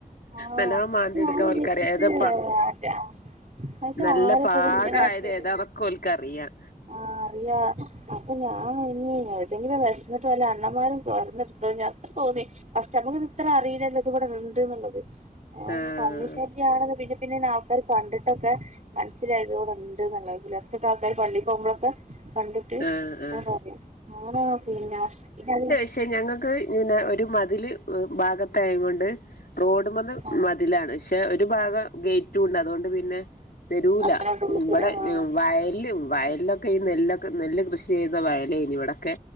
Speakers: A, on the right; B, on the left.
A: ആണോ
B: നല്ലോം മാന്തിയെടുക്കാൻ
A: ഞാൻ
B: ഓൽക്കറിയ
A: വിചാരിച്ചിട്ട്
B: ഏതപ്പാ
A: അത്
B: നല്ലെ
A: ആരപ്പത്
B: പാകയെത്
A: ഇങ്ങനെ ആക്കിയത്
B: ഏതാന്നൊക്കെ ഓല്ക്കറിയാം.
A: ആഹ് അറിയാ അപ്പൊ ഞാൻ ഇനി ഏതെങ്കിലും വെഷ്ന്നിട്ട് വല്ല അണ്ണമാരും തൊര്ന്ന് എട്തൊ അത്രതോന്നി. ഫസ്റ്റ് അപ്പൊ അമ്മക്ക് ഇത് ഇത്ര അറിയില്ലല്ലോ ഇത് ഇവടെ ഇണ്ട്ന്ന്ള്ളത്. ഏഹ്
B: ആഹ്
A: പന്നി <unintelligible> ശെരിയാണ് പിന്നെ പിന്നെ ആൾക്കാര് കണ്ടിട്ടൊക്കെ മനസ്സിലായത് ഇവടെ ഇണ്ട്ന്ന് ഇല്ലത് പുലെർച്ചൊക്കെ ആൾക്കാര് പള്ളിക്ക് പോകുമ്പളൊക്കെ കണ്ട് ട്ട്
B: ആഹ്
A: ഇങ്ങെനെ
B: ആഹ്
A: പറയാം അങ്ങെനെ പിന്നെ പിന്നെത്
B: പക്ഷേ ഞങ്ങക്ക് ഒര് മതില് ഭാഗത്തായങ്ങൊണ്ട് റോഡ്മ്മന്ന്
A: ആഹ്
B: മ മതിലാണ് പക്ഷേ ഒര് ഭാഗം ഗേയ്റ്റുണ്ട് അതുകൊണ്ട് പിന്നെ വെരൂല
A: അത്ര ഉള്ളൂ
B: ഇവടെ
A: ആഹ്
B: വയല് വയലിലൊക്കെ ഈ നെല്ലൊ ക് ന്നെല്ല് കൃഷിചെയ്യുന്ന വയലെയ്നി ഇവടൊക്കെ